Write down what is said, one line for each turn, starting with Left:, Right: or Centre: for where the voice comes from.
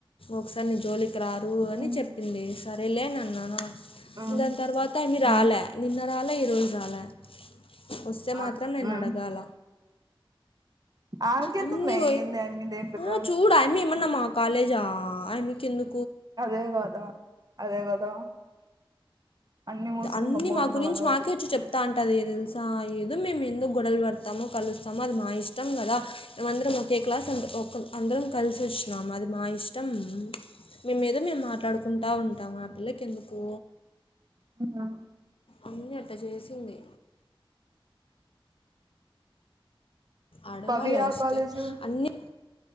Left: ఒకసారి నీ జోలికి రారు అని
Right: ఉమ్
Left: చెప్పింది సరేలేన న్నానా
Right: ఉమ్
Left: దాని తర్వాత అమి రాలే
Right: ఉమ్
Left: నిన్న రాలే, ఈరోజు రాలే వస్తే
Right: ఉమ్
Left: మాత్రం నేను అడగాల
Right: ఆమెకెందుమ్మే
Left: అన్నీ వోయి
Right: ఏంది మీదేం పెద్ద
Left: ఆ చూడు ఆయమ్మ ఏమన్నా మా కాలేజా అయమ్మి కెందు
Right: అదే కాదా అదే కదా అన్ని మూసుకుని
Left: అన్నీ
Right: గమ్ముగా
Left: మా
Right: ఉన్నాం
Left: గురించి
Right: అను
Left: మాకే వచ్చి చెప్తా అంటది తెలుసా ఏదో మేము ఎందుకు గొడలు పడతాము కలు స్తాము అది మా ఇష్టం కదా మేమందరం ఒకే క్లాస్ అ ఒక అందరం కలిసి వచ్చినాము అది మా ఇష్ త్తాం మేమేదో మేము మాట్లాడుకుంటూ ఉంటాము ఆ పిల్లకి ఎందుకు
Right: ఉన్నాను
Left: అన్ని అట్ట చేసింది. అడగాళ్ల
Right: పవి ఆ
Left: వస్తే
Right: కాలేజు
Left: అన్నీ